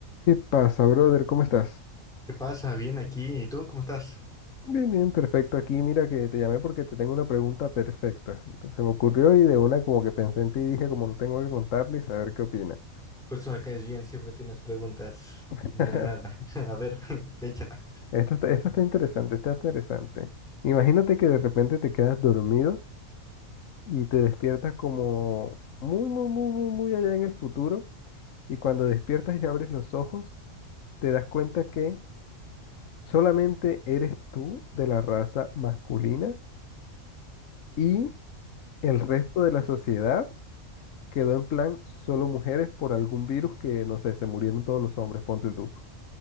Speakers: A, on the left; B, in the centre.
A: ¿Qué pasa, brother? ¿Cómo estás?
B: ¿Qué pasa? Bien aquí. ¿Y tú cómo estás?
A: Bien, bien, perfecto. Aquí mira que te llamé porque te tengo una pregunta perfecta. Entonces, se me ocurrió y de una como que pensé en ti y dije como no tengo que contarle y saber qué opina.
B: Por eso me caes bien, siempre tienes preguntas
A: <laughs>
B: de la nada. <laughs> A ver, <laughs> échala.
A: Esto está, esto está interesante, está interesante. Imagínate que de repente te quedas dormido y te despiertas como muy, muy, muy, muy, muy allá en el futuro y cuando despiertas y abres los ojos, te das cuenta que solamente eres tú de la raza masculina y el resto de la sociedad. quedó en plan solo mujeres por algún virus que, no sé, se murieron todos los hombres, ponte tú.